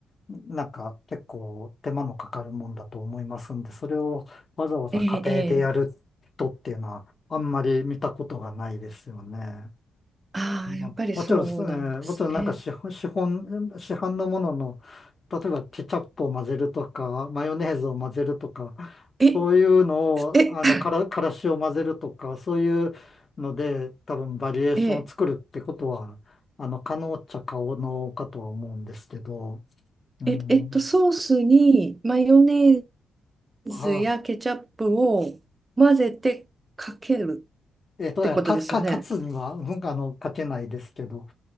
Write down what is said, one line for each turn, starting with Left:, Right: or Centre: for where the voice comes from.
Left: なんか結構手間のかかるもんだと思いますんで、それをわざわざ家庭でやる人っていうのはあんまり見たことがないですよね。
Right: ええええああーやっぱりそうなんですね。
Left: まあ、もちろんですね、もちろんなんか市販、市販、市販のものの、例えばケチャップを混ぜるとか、マヨネーズを混ぜるとか、
Right: え
Left: そういうのを、
Right: え、
Left: あの、からからしを混ぜるとか、そういうので、多分バリエーションを作るってことは、
Right: <laughs> え、
Left: あの、可能っちゃ可能かとは思うんですけど、うん。
Right: え、えっと、ソースにマヨネーズやケチャップを混ぜてかける
Left: あ、えっと、
Right: ってことですよね。
Left: いやか、か、勝つには、うん、あの、かけないですけど、